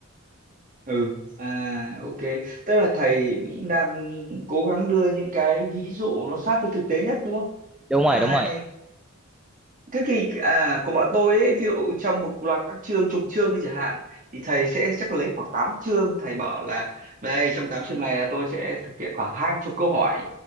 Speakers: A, on the right; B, in the centre.
A: ừ à ok tức là thầy cũng đang cố gắng đưa những cái ví dụ nó sát với thực tế nhất đúng không
B: đúng
A: à,
B: rồi đúng rồi
A: hay thế thì à, của bọn tôi ấy, ví dụ trong một loạt các chương chục chương đi chẳng hạn thì thầy sẽ chắc lấy khoảng 8 chương thầy bảo là đây trong 8 chương này là tôi sẽ thực hiện khoảng 20 chục câu hỏi